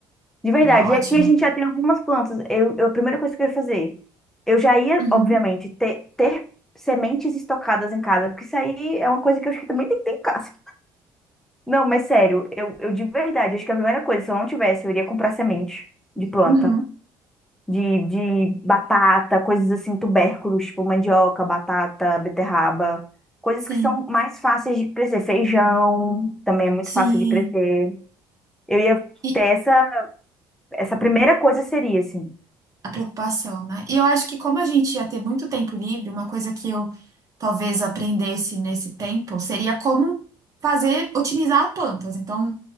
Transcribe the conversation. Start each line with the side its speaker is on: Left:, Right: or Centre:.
Centre: De verdade.
Right: É uma
Centre: E
Right: ótima.
Centre: aqui a gente já tem algumas plantas. Eu, eu- a primeira coisa que eu ia fazer, eu já ia,
Right: Uhum,
Centre: obviamente, ter, ter sementes estocadas em casa, porque isso aí é uma coisa que eu acho que também tem que ter em casa. <laughs> Não, mas sério, eu, eu de verdade, acho que a primeira coisa, se eu não tivesse, eu iria comprar semente de planta,
Right: uhum,
Centre: de, de batata, coisas assim, tubérculos, tipo mandioca, batata, beterraba, coisas
Right: sim,
Centre: que são mais fáceis de crescer. Feijão também é muito
Right: sim.
Centre: fácil de crescer. Eu ia
Right: E
Centre: ter essa, essa primeira coisa seria assim.
Right: a preocupação, né? E eu acho que como a gente ia ter muito tempo livre, uma coisa que eu talvez aprendesse nesse tempo seria como fazer, otimizar plantas. Então,